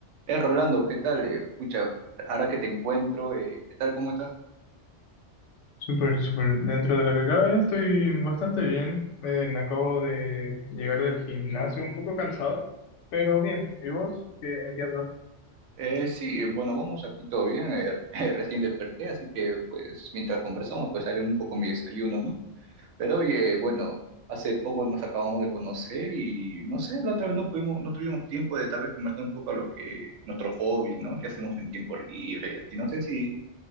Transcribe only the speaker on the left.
Súper, súper. Dentro de lo que cabe, estoy bastante bien. Eh, me acabo de llegar del gimnasio un poco cansado, pero bien. ¿Y vos? ¿Qué, en qué andas?